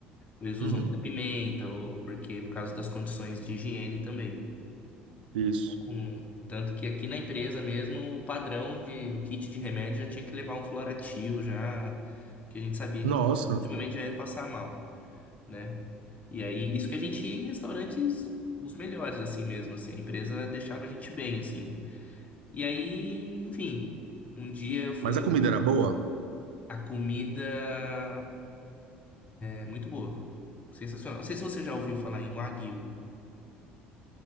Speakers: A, on the left; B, on the right.
A: Eles usam
B: Uhum,
A: muita pimenta, ou porque por causa das condições de higiene também.
B: isso.
A: Hum, tanto que aqui na empresa mesmo, o padrão de o kit de remédio já tinha que levar um Floratil já, que a gente sabia
B: Nossa,
A: que ultimamente já ia passar mal, né? E aí, isso que a gente ia em restaurantes os melhores assim mesmo, assim, a empresa deixava a gente bem assim. E aí, enfim, um dia eu fui
B: mas a comida era boa?
A: a comida é muito boa, sensacional. Não sei se você já ouviu falar em Wagyu.